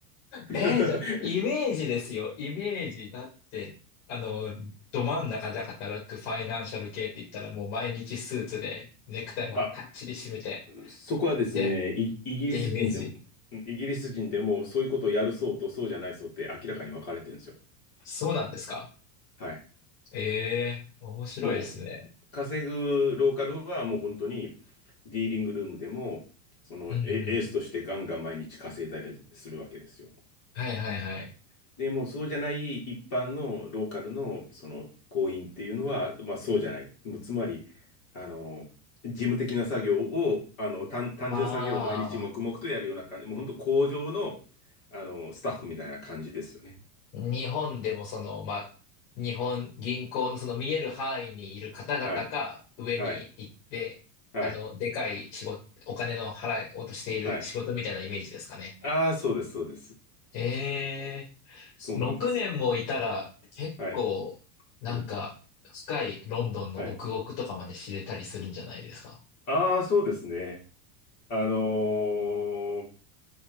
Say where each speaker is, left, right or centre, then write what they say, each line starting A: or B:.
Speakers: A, on the left; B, on the left.
A: <laughs>
B: えー、だ、イメージですよ。イメージだって、あの、ど真ん中で働くファイナンシャル系って言ったらもう毎日スーツでネクタイもかっちり締めて、
A: あ、そこはですね、
B: で、
A: イ、イギリス人でも、
B: ってイメージ。
A: イギリス人でもそういうことをやる層とそうじゃない層って明らかに分かれてるんですよ。
B: そうなんですか。
A: はい。
B: ええ、面白いですね。
A: もう稼ぐローカルはもう本当にディーリングルームでも、そのエエースとしてガンガン毎日稼いだりするわけですよ。
B: うんうん。はいはいはい。
A: でもうそうじゃない一般のローカルのその行員っていうのは、まあそうじゃない。もうつまり、あの、事務的な作業を、あの、単、単純作業を毎日黙々とやるような感じ、
B: ああ、
A: もう本当工場の、あの、スタッフみたいな感じですよね。
B: 日本でもその、まあ、日本銀行のその見える範囲にいる方々か上に行って、
A: はい。はい。はい。
B: あの、でかい仕事、お金の払いをとしている仕事みたいなイメージですかね。
A: はい。ああ、そうです、そうです。
B: ええ、
A: そうなんですよ。
B: 6年もいたら結構、
A: はい。
B: なんか、
A: うん。
B: 深いロンドンの奥奥とかまで知れたりするんじゃないですか。
A: はい。ああ、そうですね。あのー